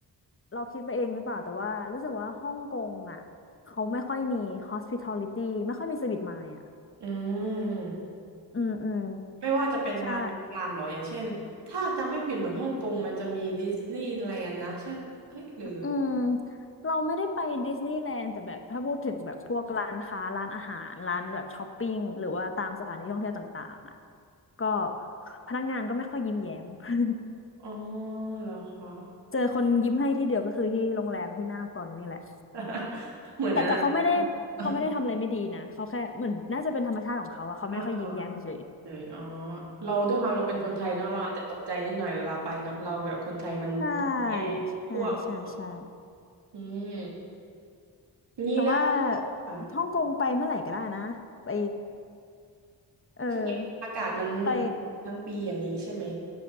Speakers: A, on the left; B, on the right.
A: เราคิดไปเองหรือเปล่าแต่ว่ารู้สึกว่าฮ่องกงอ่ะเขาไม่ค่อยมี hospitality ไม่ค่อยมี service mind อ่ะ
B: อืม
A: อืมอืม
B: ไม่ว่าจะเป็นงานการหรออย่างเช่นถ้าจำไม่ผิดเหมือนฮ่องกงมันจะมีดิสนีย์แลนด์นะใช่ปะเฮ้ยหรือ
A: ใช่ อืมเราไม่ได้ไปดิสนีย์แลนด์แต่แบบถ้าพูดถึงแบบพวกร้านค้าร้านอาหารร้านแบบช้อปปิ้งหรือว่าตามสถานที่ท่องเที่ยวต่างๆอ่ะก็พนักงานก็ไม่ค่อยยิ้มแย้ม <laughs>
B: อ๋อเหรอคะ
A: เจอคนยิ้มให้ที่เดียวก็คือที่โรงแรมที่หน้าฟรอนต์นี่แหละ
B: <laughs> เหมือนอันนั้น
A: แต่แต่เขาไม่ได้เขาไม่ได้ทำอะไรไม่ดีนะเขาแค่เหมือนน่าจะเป็นธรรมชาติของเขาอะเขาไม่ค่อยยิ้มแย้มเฉย
B: <laughs> เออเลยอ๋อเราด้วยความเราเป็นคนไทยเนาะเราอาจจะตกใจนิดหน่อยเวลาไปเนาะเราแบบคนไทยมัน
A: ๆใช่
B: ไป
A: ใช่ใช่ใช่
B: ทั่วหมดอืมงี้แล้ว
A: แต่ว่า
B: อ่ะ
A: ฮ่องกงไปเมื่อไหร่ก็ได้นะไปเออ
B: คืออากาศมัน
A: ไป
B: ทั้งปีอย่างนี้ใช่ไหม